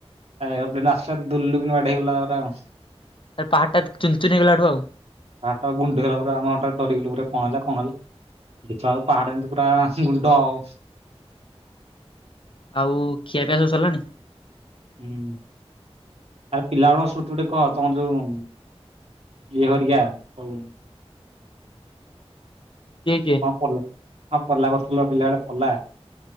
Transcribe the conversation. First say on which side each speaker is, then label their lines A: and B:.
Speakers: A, on the right (about 70°); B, on the left (about 50°).
A: ଏରୋପ୍ଲେନ ଆସିଲା ଦୁୁଲକିନା ବାଡେଇ ହେଇଗଲା ଆଉ।
B: ପାହାଡ ଟା ଚୁନ ଚୁନ ହେଇଗଲାଠୁ ଆଉ
A: ହଟାତ ଗୁଣ୍ଡ ହେଲା ପରେ, ଆମ ହଟା ଡରିଗଲୁ ପୁରା କଣ ହେଲା କଣ ହେଲା ଦେଖିବା ବେଳକୁ ପାହାଡ ଏମିତି ପୁରା ଗୁଣ୍ଡ ଆଉ।
B: ଆଉ ଖିଆପିଆ ସବୁ ସରିଲାଣି?
A: ହୁଁ। ପିଲା ବେଳ ସ୍ମୃତି ଗୋଟେ କହ ତମର ଯୋଉ ଇଏ ହରିଆ ହଉ
B: କିଏ କିଏ
A: କଣ <unintelligible> ହଁ ପଲା କରୁଥିଲୁ ବା ପିଲା ବେଳେ ପଲା।